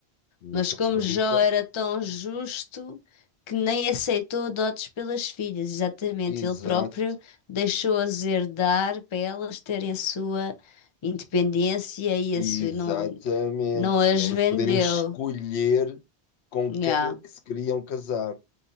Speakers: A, on the left; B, on the left.
A: uma
B: Mas
A: pessoa
B: como
A: muito rica.
B: Jó era tão justo que nem aceitou dotes pelas filhas, exatamente,
A: Exato,
B: ele próprio deixou-as herdar para elas terem a sua independência e
A: exatamente.
B: a sua, não, não as
A: E elas
B: vendeu.
A: poderem escolher com
B: Yeah.
A: quem é que se queriam casar.